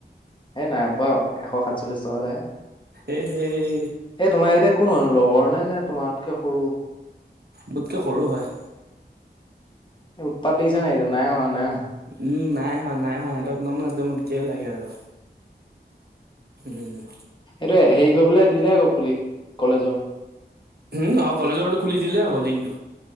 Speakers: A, on the left; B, on the right.
A: সেই নাই পোৱা এশ সাতচল্লিশ টকা এটাহে
B: এ হেই
A: এ তোমাৰ কেইটা কোন হয়নো লগৰ নে নে তোমাতকে সৰু
B: মোতকে সৰু হয়।
A: এই উৎপাত দেখিছা নাই এইটো। নাই অহা, নাই অহা।
B: উম, নাই অহা, নাই অহা। <unintelligible> উম!
A: ত' হেৰি কৰিবলৈ দিলে আকৌ খুলি কলেজৰ।
B: উম, অ'! কলেজৰটো খুলি দিলে আক লিংক।